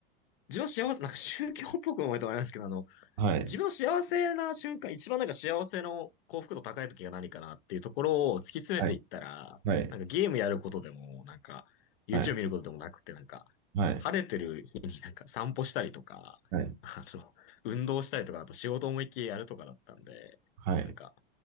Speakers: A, on the left; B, on the right.
A: 自分は幸せ、なんか宗教っぽく思えたらあれなんですけど、あの、
B: はい。
A: 自分は幸せな瞬間、一番なんか幸せの幸福度高い時が何かなっていうところを突き詰めていったら、
B: はい。はい。
A: なんかゲームやることでも、なんか YouTube
B: はい。
A: 見ることでもなくて、なんか
B: はい。
A: 晴れてる日になんか散歩したりとか、
B: はい。
A: あの、運動したりとか、あと仕事思いっきりやるとかだったんで、
B: はい
A: なんか